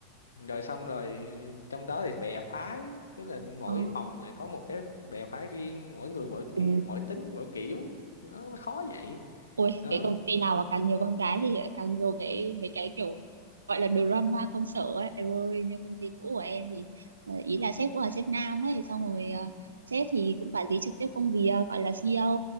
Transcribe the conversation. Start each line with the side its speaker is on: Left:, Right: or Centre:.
Left: rồi xong rồi trong đó thì bè phái tức là mỗi
Right: ờ,
Left: phòng lại có một cái bè phái riêng mỗi người mỗi
Right: ừ.
Left: ki- mỗi tính mỗi kiểu nó, nó khó vậy
Right: Ôi,
Left: đó
Right: cái công ty nào mà càng nhiều con gái thì càng nhiều cái mấy cái kiểu gọi là drama công sở ấy. Em ơi, như công ty cũ của em thì ờ, ý là sếp cũng là sếp nam ấy, xong rồi ờ, sếp thì cũng quản lý trực tiếp công việc gọi là CEO.